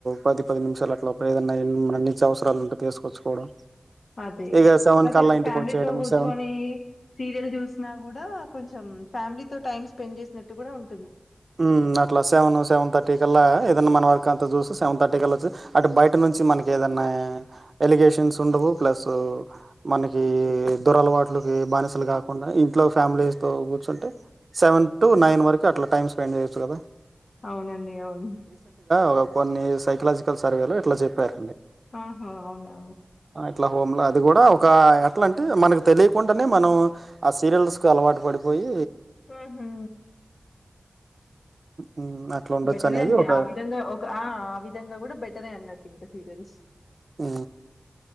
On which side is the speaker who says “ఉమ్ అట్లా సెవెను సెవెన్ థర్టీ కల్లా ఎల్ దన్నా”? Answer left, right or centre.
Right